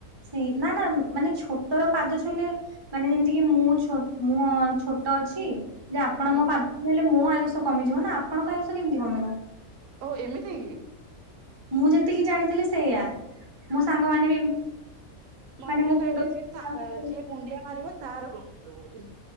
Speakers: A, on the right; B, on the right.
A: ସେଇ ନା ନା ମାନେ ଛୋଟର ପାଦ ଛୋଇଲେ ମାନେ ଯେମିତି କି ମୁଁ ମୁଁ ଛୋଟ <unintelligible> ତ ଅଛି ଯେ ଆପଣ
B: ହୁଁ।
A: ମୋ ପାଦ ଧରିଲେ ମୋ ଆୟୁଷ କମିଯିବ ନା ଆପଣଙ୍କ ଆୟୁଷ କେମିତି କମିବ
B: ଓହୋ ଏମିତି କି
A: ମୁଁ ଯେତିକି ଜାଣିଥିଲି ସେଇଆ। ମୋ ସାଙ୍ଗମାନେ ବି ଏମତି
B: ମତେ
A: ମାନେ ମୋ
B: ଲାଗେ
A: ଗୋଡ
B: ଯେ <unintelligible> ଯିଏ ମୁଣ୍ଡିଆ ମାରିବ ତାର କମିଯିବ ବୋଲି